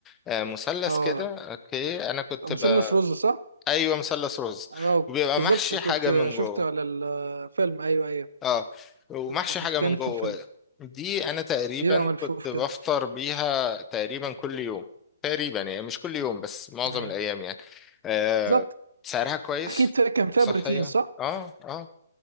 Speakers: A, on the left; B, on the right.
A: آه مثلث
B: اه
A: كده اوكي انا كنت
B: مثلث
A: بقى
B: رز صح؟
A: <laughs> ايوه مثلث رز
B: اه
A: وبيبقى
B: بالظبط
A: محشي
B: كنت
A: حاجه من
B: شفته
A: جوه
B: على الفيلم ايوه ايوه
A: اه ومحشي
B: كنت بتبان
A: حاجه من جوه
B: في الفيلم
A: دي انا تقريبا
B: بيبقى ملفوف
A: كنت بفطر
B: كده
A: بيها تقريبا كل يوم تقريبا يعني مش كل يوم بس معظم
B: يعني
A: الايام يعني آه
B: بالظبط
A: سعرها كويس
B: اكيد فيها- كان فيها
A: صحيه
B: بروتين صح؟
A: اه اه